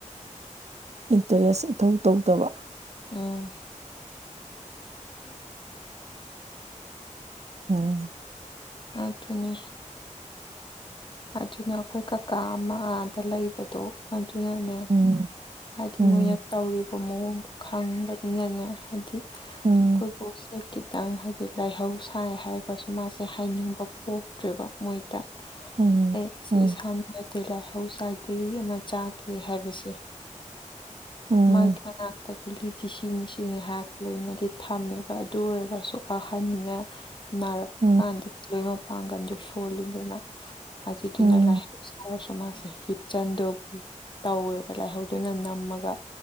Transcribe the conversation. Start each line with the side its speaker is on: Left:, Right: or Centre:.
Right: ꯏꯟꯇꯔꯦꯁ ꯏꯊꯧ ꯇꯧꯗꯕ
Left: ꯎꯝ ꯎ
Right: ꯑꯣ
Left: ꯑꯗꯨ ꯐꯅꯤ ꯑꯗꯨꯅ ꯑꯩꯈꯣꯏ ꯀꯀꯥ ꯑꯃ ꯑꯗ ꯂꯩꯕꯗꯣ ꯑꯗꯨꯅꯅꯦ
Right: ꯎꯝ
Left: ꯍꯥꯏꯗꯤ
Right: ꯎꯝ
Left: ꯃꯣꯏꯅ ꯇꯧꯔꯤꯕ ꯃꯑꯣꯡꯗꯣ ꯈꯪꯕꯅꯤꯅꯅꯦ ꯍꯥꯏꯗꯤ ꯑꯩꯣꯏ
Right: ꯎꯝ
Left: ꯄꯨꯣꯁꯦ ꯈꯤꯇꯪ ꯍꯥꯏꯗꯤ ꯂꯥꯏꯍꯧ ꯁꯥꯏ ꯍꯥꯏꯔꯒꯁꯨ ꯃꯥꯁꯦ ꯍꯥꯏꯅꯤꯡꯕ ꯄꯣꯛꯇ꯭ꯔꯦꯕ ꯃꯣꯏꯗ
Right: ꯎꯝ
Left: ꯑꯦ
Right: ꯎꯝ
Left: ꯏꯁꯥ ꯅꯨꯡꯉꯥꯏꯇꯦ ꯂꯥꯏꯍꯧ ꯆꯥꯏ ꯒꯨꯂꯤ ꯑꯃ ꯆꯥꯒꯦ ꯍꯥꯏꯕꯁꯦ
Right: ꯎꯝ
Left: ꯃꯥ ꯀꯅ ꯇ ꯒꯨꯂꯤꯗꯤꯤ ꯁꯤꯅꯤ ꯁꯤꯅꯤ ꯍꯥꯏꯍꯥꯛ ꯂꯣꯏꯅꯗꯤ ꯊꯝꯃꯦꯕ ꯑꯗꯨ ꯑꯣꯏꯔꯒꯁꯨ ꯑꯍꯟꯅꯤꯅ ꯅꯔꯛ
Right: ꯎꯝ
Left: ꯍꯥꯟꯗꯗꯤ ꯂꯣꯏ ꯃꯄꯥꯡꯒꯜꯗ ꯁꯣꯜꯂꯤꯗꯅ ꯑꯗꯨꯗꯨꯅ
Right: ꯎꯝ
Left: ꯂꯥꯛ ꯏꯁꯔꯁꯨ ꯃꯥꯁꯦ ꯍꯤꯞꯆꯟꯗꯧꯒꯤ ꯇꯧꯋꯦꯕ ꯂꯥꯏꯍꯧꯗꯨꯅ ꯅꯝꯃꯒ